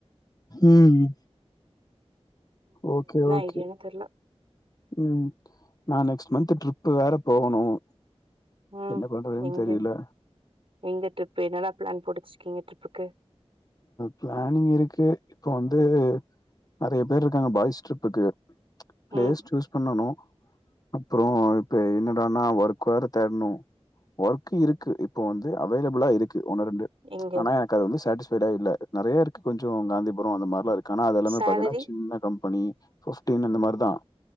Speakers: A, on the left; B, on the right.
A: ம். ஓகே ஓகே
B: ஐடியானு தெர்ல
A: உம் நா நெக்ஸ் மந்த் டிர்ப் டிர்ப் வேற போகணும்
B: ம்
A: என்ன பண்றதுன்னு
B: எங்க
A: தெரியல
B: எங்க ட்ரிப் என்னலாம் பிளான் போட்டுச்சுரிகிங்க ட்ரிப்புக்கு
A: பிளானிங் இருக்கு இப்ப வந்து நெறைய பேர் இருக்காங்க பாய்ஸ் ட்ரிப்புக்கு பிளேஸ்
B: ம்
A: சூஸ் பண்ணணும் அப்பறம் இப்ப என்னடனா ஒர்க் வேற தேடணும் ஒர்க் இருக்கு இப்ப வந்து அவேலபிளா இருக்கு ஒன்னு ரெண்டு
B: எங்க
A: ஆனா எனக்கு அது வந்து சேட்டிஸ் விடா இல்ல நெறைய இருக்கு கொஞ்சம் காந்திபுரம் அந்த மாரிலாம் இருக் ஆனா அதெ எல்லாமே
B: சேலரி
A: பாத்தீங்கன்னா சின்ன கம்பெனி போஸ்டிங் அந்த மாரிதான்